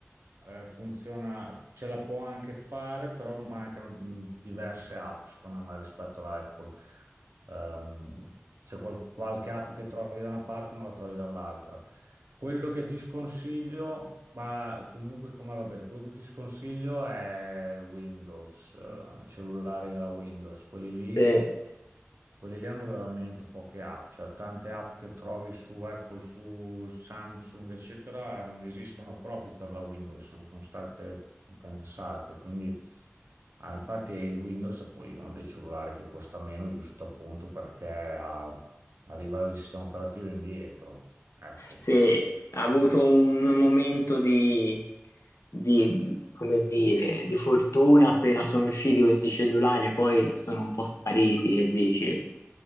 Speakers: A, on the right; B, on the left.
A: eh, funziona, ce la può anche fare, però mancano mh, diverse app, secondo me, rispetto alla Apple. Ehm, c'è qual- qualche app che trovi da una parte e non la trovi dall'altra. Quello che ti sconsiglio, ma comunque siccome va bene, quello che ti sconsiglio è Windows, eh, cellulari della Windows, quelli lì.
B: Sì.
A: Quelli lì hanno veramente poche app, cioè tante app che trovi su Apple, su Samsung, eccetera, non esistono proprio per la Windows, non sono state pensate. Quindi, ah, infatti, il Windows è poi uno dei cellulari che costa meno, giusto appunto perché ha- a livello di sistema operativo è indietro. Ecco.
B: Sì, ha avuto un momento di, di, come dire, di fortuna appena sono usciti questi cellulari, poi sono un po' spariti, che dici?